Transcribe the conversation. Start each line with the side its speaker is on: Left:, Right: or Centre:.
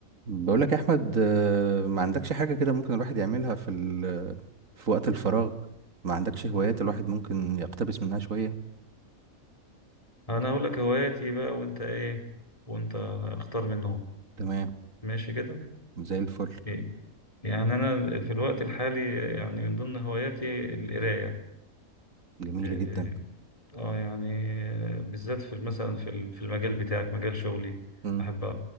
Right: بقول لك يا احمد آه، ما عندكش حاجه كده ممكن الواحد يعملها في ال... في وقت الفراغ ما عندكش هوايات الواحد ممكن يقتبس منها شويه
Left: انا اقول لك هواياتي بقى وانت ايه وانت اختار منهم
Right: تمام
Left: ماشي كده
Right: زي الفل
Left: إيه، يعني انا في الوقت الحالي يعني من ضمن هواياتي القرايه
Right: جميل
Left: إيه،
Right: جدا
Left: اه يعني آه، بالذات في مثلا في ال- في المجال بتاعك مجال شغلي
Right: امم
Left: احب أ-